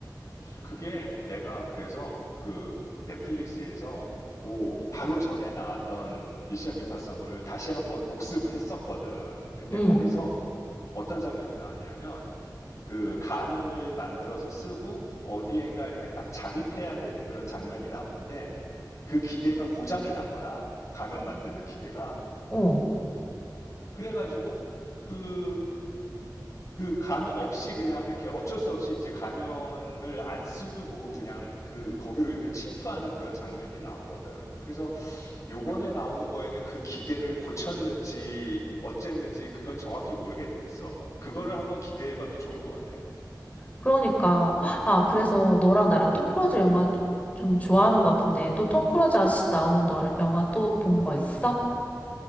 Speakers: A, on the left; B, on the left.
A: 그게 내가 그래서 그 넷플릭스에서 그 바로 전에 나왔던 미션 임파서블을 다시 한번 복습을 했었거든. 근데
B: 응,
A: 거기서 어떤 장면이 나왔냐면 그 가면을 만들어서 쓰고 어디엔가 이렇게 딱 잠입해야 되는 그런 장면이 나오는데 그 기계가 고장이 난 거야. 가면 만드는 기계가.
B: 어.
A: 그래가지고 그 그 가면 없이 그냥 이렇게 어쩔 수 없이 이제 가면을 안 쓰고 그냥 그 거기로 이렇게 침투하는 그런 장면이 나오거든. 그래서 요번에 나오는 거에는 그 기계를 고쳤는지 어쨌는지 그건 정확히 모르겠어. 그거를 한번 기대해봐도 좋을 것 같아.
B: 그러니까 아 그래서 너랑 나랑 톰 크루즈 영화 좀 좋아하는 것 같은데 또 톰 크루즈 아저씨 나오는 너 영화 또 본 거 있어?